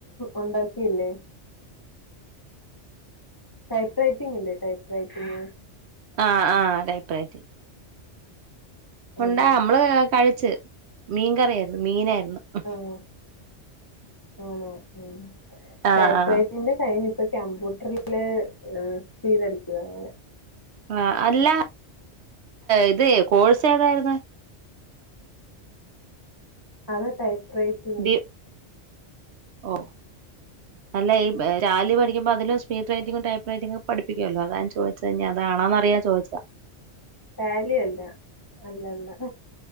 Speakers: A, on the left; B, on the right.
A: ഉണ്ടാക്കിയില്ലേ ടൈപ്പ് റൈറ്റിംഗ് ഇല്ലേ ടൈപ്പ് റൈറ്റിംഗ്
B: ആഹ് ആഹ് ടൈപ്പ്‌ റൈറ്റിംഗ് ഉണ്ട
A: അതെ അതെ
B: നമ്മള് കഴിച്ച് മീൻ കറിയ മീനായിരുന്നു <inaudible>
A: ആഹ് ആണോ ഉം
B: ആഹ്
A: ടൈപ്പ്
B: ആഹ്
A: റൈറ്റിന്റെ കൈഞ്ഞിപ്പോ കമ്പ്യൂട്ടറില് സ്പീഡ് അടിക്കുക അങ്ങനെ
B: ആ അല്ലാ ഇത് കോഴ്സ് ഏതായിരുന്നു
A: ആതട്ടായി <unintelligible>
B: ഡി ഓ നല്ല ഈ ജാലി മേടി നിയിപ്പം അതില് സ്പീഡ് റൈറ്റിങ് ടൈപ്പ് പഠിപ്പിക്കുമല്ലോ അതാ ചോദിച്ചത് ഇനി അതാണോന്നറിയാൻ ചോദിച്ചാ
A: ഡാലിയല്ല അല്ലല്ല